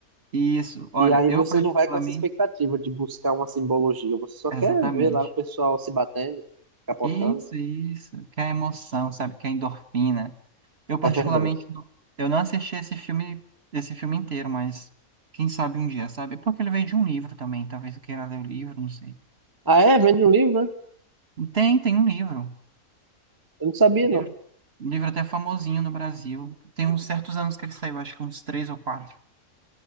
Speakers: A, on the right; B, on the right.
A: Isso, olha,
B: E aí
A: eu
B: você
A: particularmente,
B: não vai com essa expectativa de buscar uma simbologia. Você só
A: exatamente.
B: quer ver lá o pessoal se batendo, capotando.
A: Isso, isso, que é emoção, sabe, que é endorfina. Eu particularmente
B: É verdade.
A: não, eu não assisti esse filme, esse filme inteiro, mas quem sabe um dia, sabe? Porque ele veio de um livro também, talvez eu queira ler o livro, não sei.
B: Ah, é? Vende um livro, né?
A: E Tem, tem um livro,
B: Eu não sabia,
A: um livro,
B: não.
A: um livro até famosinho no Brasil. Tem uns certos anos que ele saiu, acho que uns três ou quatro.